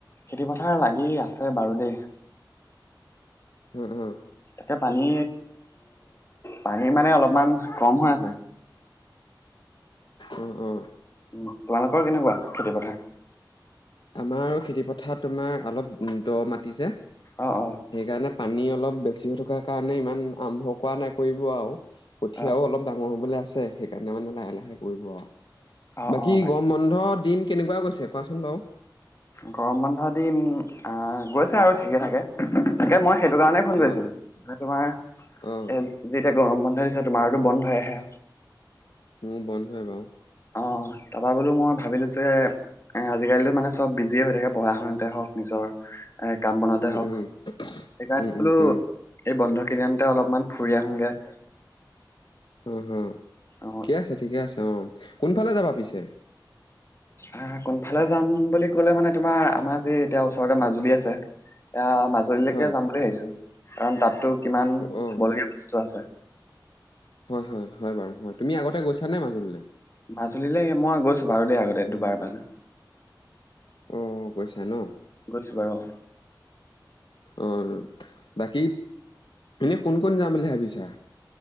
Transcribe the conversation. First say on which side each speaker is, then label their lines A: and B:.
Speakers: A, on the left (about 35°); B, on the left (about 85°).
A: খেতি পথাৰ লাগি আছে বাৰু দেই।
B: উম, উম।
A: তাকে পানী পানী মানে অলপমান কম হৈ আছে।
B: অ', অহ'
A: উম, তোমালোকৰ কেনেকুৱা খেতি পথাৰ।
B: আমাৰ খেতিপথাৰত তোমাৰ অলপ দ মাটিৰ যে।
A: অ' অ'
B: সেইকাৰণে পানী অলপ বেছি হৈ থকাৰ কাৰণে ইমান আৰম্ভ কৰা নাই, কৰিব আৰু কঠীয়াও
A: অ
B: অলপ ডাঙৰ হ'বলৈ আছে, সেইকাৰণে মানে লাহে লাহে কৰিব আৰু
A: অ
B: বাকী
A: অ তাক
B: গৰম বন্ধ দিন কেনেকুৱা গৈছে, কোৱাচোন বাৰু?
A: গৰম বন্ধৰ দিন আহ গৈছে আৰু ঠিকে থাকে, তাকে মই সেইটো কাৰণে ফোন কৰি
B: অ',
A: আছিলি মানে তোমাৰ এ
B: অ',
A: যেতিয়া গৰম বন্ধ দিছে তোমাৰোতো বন্ধ হৈ হে।
B: মোৰৰ বন্ধ বাৰু।
A: অহ' তাৰাপা বোলো মই ভাবিলোঁ যে এ আজিকালিতো মানে চ'ব বিজিয়ে হৈ থাকে, পঢ়া শুনাতে হওঁক নিজৰ এ কাম বনওঁতে
B: উম,
A: হওঁক,
B: উম।
A: সেইকাৰণে
B: উম,
A: বোলো
B: উম, উম,
A: এই বন্ধ কেইদিনতে অলপমান ফুৰি আহোগে।
B: অ' অ'
A: অ
B: ঠিকে আছে, ঠিকে আছে, অ' কোনফালে যাবা পিছে?
A: আহ কোনফালে যাম বুলি ক'লে মানে তোমাৰ আমাৰ যে এতিয়া ওচৰতে মাজুলী আছে। এ মাজুলীলৈকে
B: হয়,
A: যাম বুলি ভাবিছো কাৰণ তাতো কিমান
B: অ',
A: চাবলগীয়া বস্তু আছে।
B: হয়, হয়, হয় বাৰু হয় তুমি আগতে গৈছা নে মাজুলীলৈ?
A: মাজুলীলৈ মই গৈছো বাৰু দেই আগতে দুবাৰমান।
B: আহ কৈছা ন
A: গৈছো বাৰু অ
B: অ'। বাকী এনেই কোন কোন যাম বুলি ভাবিছা?